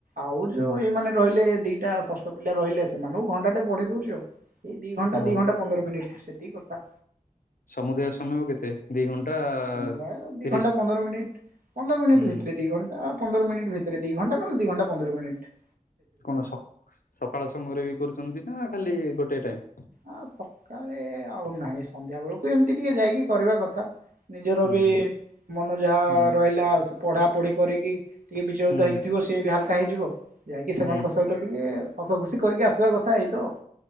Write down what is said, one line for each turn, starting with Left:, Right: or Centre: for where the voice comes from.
Right: ଆଉ ଯୋଉ
Left: ହୁଁ
Right: ଏଇମାନେ ରହିଲେ ଦିଇଟା ଷଷ୍ଠ ପିଲା ରହିଲେ ସେମାନଙ୍କୁ ଘଣ୍ଟାଟେ ବଢେଇ ଦଉଛି ଆଉ। ଏଇ ଦି ଘଣ୍ଟା
Left: ହଉ
Right: ଦି ଘଣ୍ଟ ପନ୍ଦର ମିନିଟ ସେତିକି କଥା।
Left: ସମୁଦାୟ ସମୟ କେତେ? ଦି ଘଣ୍ଟା
Right: ହଁ ପା ଦିଇ
Left: ତିରିଶ
Right: ଘଣ୍ଟା ପନ୍ଦର ମିନି୍ଟ ପନ୍ଦର ମିନିଟ୍
Left: ହୁଁ
Right: ଭିତରେ ଦିଇ ଘଣ୍ଟା ଆ ପନ୍ଦର ମିନିଟ ଭିତରେ ଦି ଘଣ୍ଟା ନହଲେ ଦି ଘଣ୍ଟା ପନ୍ଦର ମିନିଟ।
Left: କଣ ସକ୍ ସକାଳ ସମୟରେ ବି କରୁଛନ୍ତି ନା ଖାଲି ଗୋଟାଏ ଟାଇମ।
Right: ଅ ସକାଳେ ଆଉ ନାହିଁ ସନ୍ଧ୍ୟା ବେଳକୁ ଏମତି ଟିକେ ଯାଇକି କରିବା କଥା। ନିଜର
Left: ହୁଁ
Right: ବି ମନ ଯାହା
Left: ହୁଁ
Right: ରହିଲା ସେ ପଢା ପଢି କରିକି ଟିକେ ବିଚଳିତ
Left: ହୁଁ
Right: ହେଇକି ଥିବ ସିଏ ବି ହାଲକା ହେଇଯିବ ଯାଇକି ସେମାନଙ୍କ
Left: ହୁଁ
Right: ସହିତ ଟିକେ ହସ ଖୁସି କରିକି ଆସିବା କଥା ଏଇ ତ।